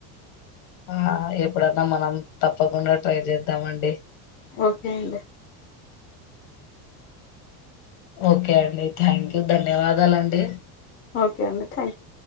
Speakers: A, on the left; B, on the left.
A: ఆ ఎప్పుడన్న మనం తప్పకుండ ట్రై చేద్దామండి ఎ
B: ఓకే అండి
A: ఓకె అండి థ్యాంక్ యూ ధన్యవాదాలండి
B: ఓకే అండి థ్యాంక్